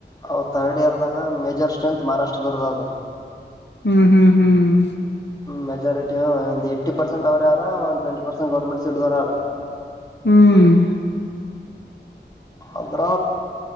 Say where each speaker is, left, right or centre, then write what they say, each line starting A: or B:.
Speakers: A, on the left (about 20°); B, on the left (about 70°).
A: ಹ ಥರ್ಡ್ ಇಯರ್ದಾಗ ಮೇಜರ್ ಸ್ಟ್ರೆಂತ್ ಮಹಾರಾಷ್ಟ್ರದವರ್ದ ಅದು
B: ಹ್ಮ್ ಹ್ಮ್ ಹ್ಮ್
A: ಹ್ಮ್ ಮೆಜಾರಿಟಿ ಒಂದು ಎಏಿ ಪರ್ಸೆಂಟ್ ಅವ ಆರ ಒನ್ ಟ್ವೆಟಿ ಪಸೆಟ್ ಗವರ್ಮೆಂಟ್ ಸೀಟ್ ದ್ಾರ
B: ಹ್ಮ್
A: ಅದ್ರ